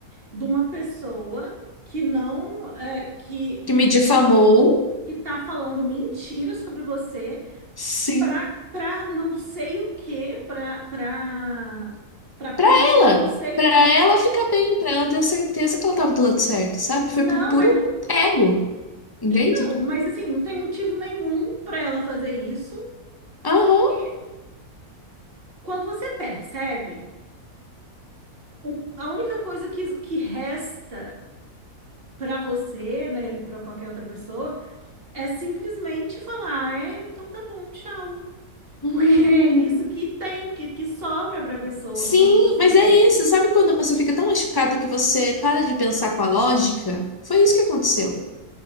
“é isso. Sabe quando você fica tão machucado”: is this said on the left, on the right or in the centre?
Left